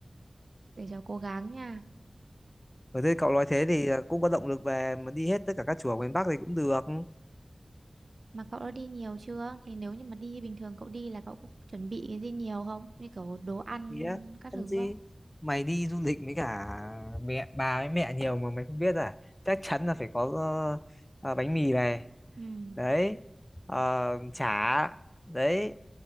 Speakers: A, on the right; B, on the left.
A: Để cháu cố gắng nha.
B: Ở đây cậu nói thế thì cũng có động lực về mà đi hết tất cả các chùa ở miền Bắc thì cũng được.
A: Mà cậu đã đi nhiều chưa? Thì nếu như mà đi bình thường cậu đi là cậu cũng chuẩn bị cái gì nhiều không? Như kiểu đồ ăn
B: Ý á,
A: các
B: Làm
A: thứ
B: gì?
A: không?
B: Mày đi du lịch với cả mẹ bà với mẹ nhiều mà mày không biết à? Chắc chắn là phải có ờ, ờ, bánh mì này,
A: Ừ,
B: đấy, ờ, chả, đấy,